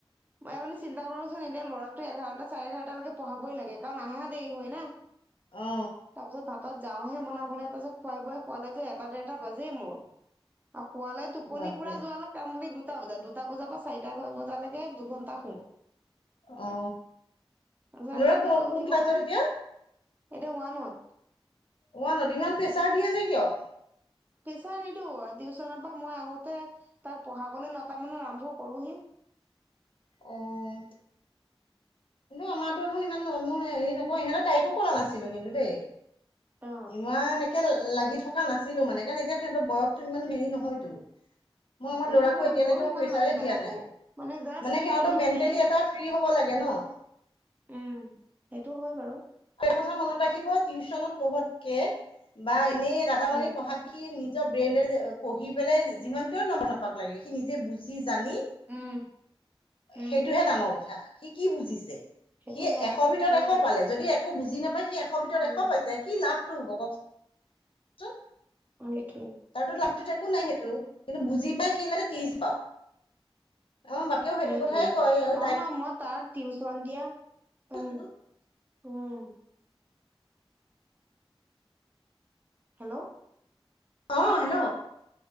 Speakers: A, on the right; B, on the left.
A: মই আপুনি চিন্তা কৰকচোন এ এতিয়া ল'ৰাটো এঘাৰটা চাৰে এঘাৰটা লৈকে পঢ়াবই লাগে। কাৰণ আহা দেৰি হয় না
B: অ
A: তাৰপিছত ভাতত যাওঁহে বনাবলৈ তাৰপিছত খুৱাই বোৱাই শুৱালেতো এটা ডেৰটা বাজেই মোৰ। আৰু শুৱালে টোপনি
B: বাপৰে
A: পুৰা যোৱা কাম বুলি দুটা বজাত দুটা বজাৰ পৰা চাৰিটা বজালৈকে দুঘন্টা শুওঁ
B: অ
A: তাৰপিছত
B: ল'ৰা
A: আকৌ ৰাতিপুৱা
B: ক
A: উঠিব
B: কোন ক্লাছত
A: হলেই
B: এতিয়া
A: এতিয়া ওৱানত।
B: ৱানত ইমান প্ৰেছাৰ দিয়ে যে কিয়?
A: প্ৰেছাৰ নিদো টিউশচনৰ পৰা মই আহোতে তাক পঢ়াবলৈ নটা মানত আৰম্ভ কৰোহে। <inaudible>
B: অ'। আমাৰতো দেখোন ইমান মই হেৰি নকওঁ ইহঁতৰ তাইকো কৰা নাছিলো কিন্তু দেই।
A: অ
B: ইমান একে লাগি থকা নাছিলো মানে কাৰণ এতিয়া সিহঁতৰ বয়সটো ইমান হেৰি নহয়তো। মই আমাৰ
A: সেইটো
B: ল'ৰাকো
A: হয়
B: এতিয়ালৈকে
A: ময়ো
B: মই
A: ইমান
B: প্ৰেছাৰে
A: লাগি
B: দিয়া
A: নাথাকো
B: নাই
A: জাষ্ট
B: মানে
A: সি
B: সিহঁতৰ
A: পঢ়ি থাকিলে
B: মেণ্টেলি
A: মোৰ
B: এটা ফ্ৰী হ'ব লাগে ন।
A: উম সেইটো হয় বাৰু
B: এটা কথা মনত ৰাখিব টিউচনত পঢ়োৱাতকে বা এনেই ৰাতা মাৰি
A: উম
B: পঢ়াত কি নি নিজৰ ব্ৰেনেদি পঢ়ি পেলাই যিমানটোৱে নম্বৰ নাপাক লাগিলে সি নিজে বুজি জানি
A: উম উম
B: সেইটোহে ডাঙৰ কথা সি কি বুজিছে।
A: সেইটো
B: সি
A: হয়
B: এশৰ ভিতৰত
A: উম
B: এশ পালে যদি একো বুজি নাপাই সি এশ ভিতৰত
A: উম
B: এশ পাইছে কি লাভটো হ'ব কওকচোন।
A: সেইটোৱে
B: তাৰ ত লাইফটোত একো নাই সেইটো কিন্তু বুজি পাই সেই লে ত্ৰিছ পাওক। আমাৰ বাপেও
A: সেইটোৱে
B: সেইটো কথাই
A: নহয়
B: কয় আৰু
A: নহ মই তাৰ টিউচন দিয়া।
B: কি কৈছিলো।
A: উম উম হেল্ল'
B: আহ হেল্ল'